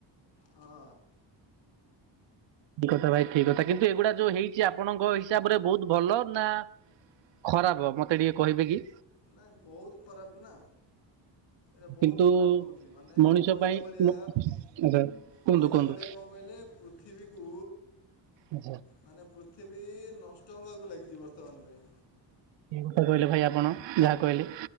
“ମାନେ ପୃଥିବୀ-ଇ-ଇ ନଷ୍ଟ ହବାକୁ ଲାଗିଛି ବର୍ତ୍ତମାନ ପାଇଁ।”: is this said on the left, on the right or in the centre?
Left